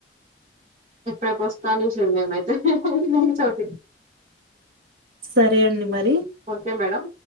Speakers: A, on the right; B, on the right.
A: రేపు పస్తతనే శైలు నేను అయితే నీతోటి
B: సరే అండి మరి
A: ఓకే మేడం